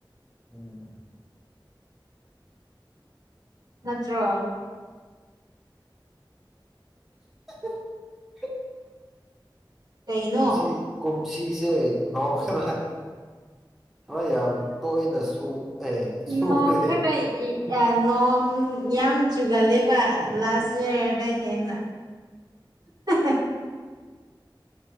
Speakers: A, in the centre; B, on the right (about 50°).
A: ꯎꯝ
B: ꯅꯠꯇ꯭ꯔꯣ
A: <unintelligible>
B: ꯀꯩꯅꯣ
A: ꯀꯁꯤ ꯀꯨꯝꯁꯤꯁꯦ ꯅ ꯈꯔ ꯈꯔ ꯌꯥꯝ ꯇꯣꯏꯅ ꯁꯨꯔꯦ
B: ꯅꯣꯡ ꯈꯔ ꯅꯣꯡ ꯌꯥꯝ ꯆꯨꯒꯜꯂꯦꯕ ꯂꯥꯁ ꯏꯌꯥꯔꯗ ꯍꯦꯟꯅ <unintelligible>